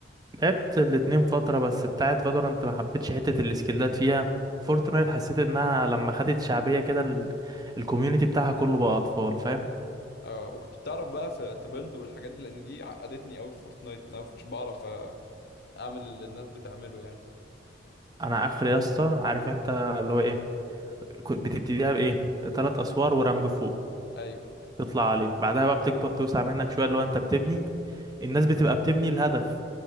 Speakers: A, on the right; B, on the left.
A: لعبت الاتنين فتره بس بتاعت فالورانت ما حبيتش حته السكيلات فيها فورتنايت حسيت انها لما خدت شعبيه كده ال- الكوميونتي بتاعها كله بقى اطفال فاهم
B: اه وكنت بتعرف بقى في تبلد والحاجات دي لان دي عقدتني قوي في فورتنايت انا ما كنتش بعرف آه، اعمل اللي الناس بتعمله يعني
A: انا اخر يا اسطى عارف انت اللي هو ايه كو- بتبتديها بايه ثلاث اسوار ورمب فوق
B: ايوه
A: تطلع عليه بعدها بقى بتكبر بتوسع منك شويه اللي هو انت بتبني الناس بتبقى بتبني الهدف